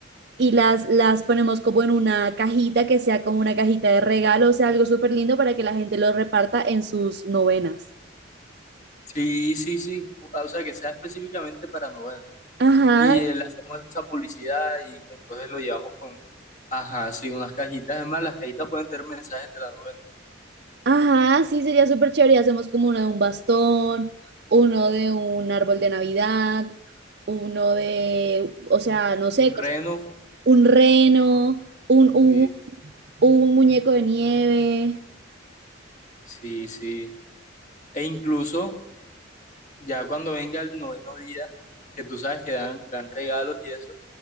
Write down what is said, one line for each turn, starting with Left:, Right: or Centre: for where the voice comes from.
Right: y las, las ponemos como en una cajita que sea como una cajita de regalo, o sea, algo súper lindo para que la gente lo reparta en sus novenas.
Left: Sí, sí, sí. Ah, O sea, que sea específicamente para novenas.
Right: Ajá,
Left: Y eh, le hacemos esa publicidad y entonces lo llevamos con, ajá, sí, unas cajitas. Es más, las cajitas pueden tener mensajes de la novena.
Right: ajá, sí, sería súper chévere. Y Hacemos como uno de un bastón, uno de un árbol de Navidad, uno de, o sea, no sé,
Left: Un
Right: cosas-
Left: reno.
Right: un reno, un, un,
Left: Sí,
Right: un muñeco de nieve.
Left: sí, sí. E incluso, ya cuando venga el noveno día, que tú sabes que dan, dan regalos y eso,